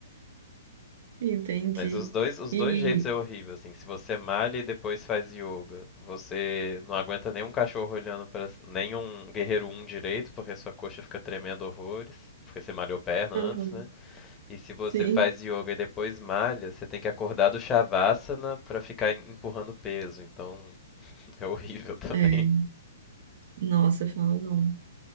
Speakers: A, on the right; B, on the left.
A: Entendi.
B: Mas os dois, os
A: E,
B: dois jeitos é horrível, assim. Se você malha e depois faz yoga, você não aguenta nenhum cachorro olhando para nenhum guerreiro um direito, porque sua coxa fica tremendo horrores, porque você malhou perna
A: aham,
B: antes, né? E se você
A: sim.
B: faz yoga e depois malha, você tem que acordar do shavasana para ficar em- empurrando peso. Então, é horrível também.
A: É, nossa, fala não.